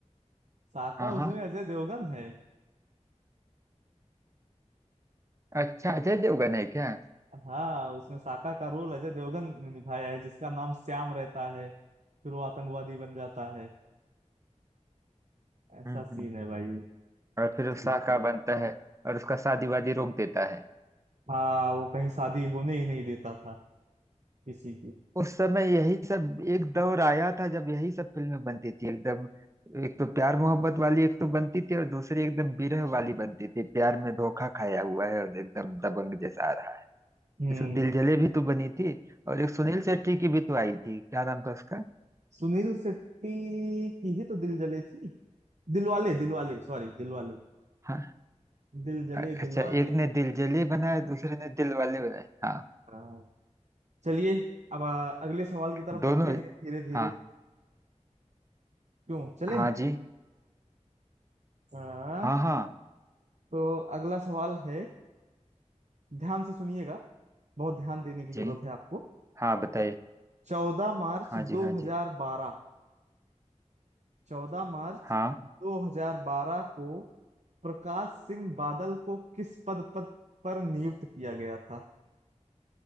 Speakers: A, on the right (about 70°); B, on the right (about 25°).
A: साका
B: हाँ हाँ
A: उसमें अजय देवगन है
B: अच्छा अजय देवगन है क्या
A: हाँ उसमें साका का रोल अजय देवगन ने निभाया है जिसका नाम श्याम रहता है फिर वो आतंकवादी बन जाता है ऐसा
B: हम्म
A: सीन
B: हम्म
A: है भाई
B: और फिर वो
A: चलिए
B: साका बनता है और उसका शादी वादी रोक देता है
A: हाँ वो कहीं शादी होने ही नहीं देता था किसी की
B: उस समय यही सब एक दौर आया था जब यही सब फिल्में बनती थी एकदम एक तो प्यार मोहब्बत वाली एक तो बनती थी और दूसरी एकदम बिरह वाली बनती थी प्यार में धोखा खाया हुआ है और एकदम दबंग जैसा आ रहा है
A: हम्म
B: जैसे दिलजले भी तो बनी थी और एक सुनील शेट्टी की भी तो आई थी क्या नाम था उसका
A: सुनील शेट्टी की ही तो दिल जले थी दिलवाले दिलवाले सॉरी दिलवाले
B: हाँ
A: दिल जले
B: अच्छा
A: दिल वाले
B: एक ने दिल जले बनाए दूसरे ने दिल वाले बनाए हाँ
A: हाँ चलिए अब आ, अगले सवाल की तरफ
B: दोनों
A: बढ़ते हैं धीरे धीरे
B: हाँ
A: क्यों चलें
B: हाँ जी
A: हाँ
B: हाँ हाँ
A: तो अगला सवाल है ध्यान से सुनिएगा बहुत ध्यान देने की
B: जी
A: जरूरत है आपको
B: हाँ बताइए
A: चौदह मार्च
B: हाँ जी
A: दो
B: हाँ जी
A: हजार बारह चौदह मार्च
B: हाँ
A: दो हजार बारह को प्रकाश सिंह बादल को किस पद पद पर नियुक्त किया गया था